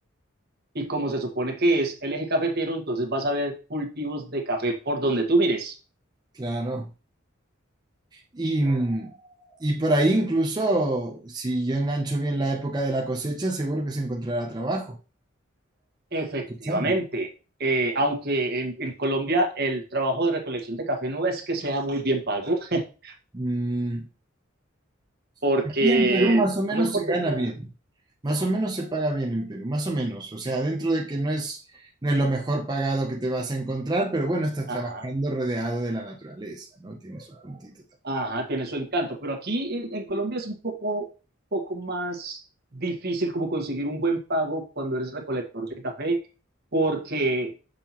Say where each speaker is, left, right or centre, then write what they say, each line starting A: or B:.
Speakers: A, on the right; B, on the right.
A: Y como se supone que es el eje cafetero, entonces vas a ver cultivos de café por donde tú mires.
B: claro. Y, y por ahí incluso, si yo engancho bien la época de la cosecha, seguro que se encontrará trabajo.
A: Efectivamente,
B: cosechando.
A: eh, aunque en, en Colombia el trabajo de recolección de café no es que sea muy bien pago, <laughs>
B: Mm,
A: porque
B: aquí en Perú más o menos
A: como es por
B: se
A: temporada,
B: gana bien, más o menos se paga bien en Perú, más o menos. O sea, dentro de que no es, no es lo mejor pagado que te vas a encontrar, pero bueno, estás
A: ajá,
B: trabajando rodeado de la naturaleza, ¿no? Tiene su puntito también.
A: ajá, tiene su encanto, pero aquí en, en Colombia es un poco, poco más difícil como conseguir un buen pago cuando eres recolector de café, porque